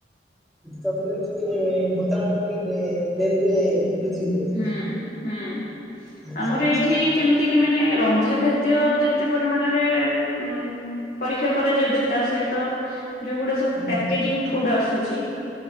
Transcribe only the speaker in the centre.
ତା ଦେହରେ ଟିକେ ଭୂତାଣୁ ଟିକେ ଡେ ଡେରିରେ ବୃଦ୍ଧି ହୁଏ।
ଆଚ୍ଛା
ଆଚ୍ଛା
ହୁଁ,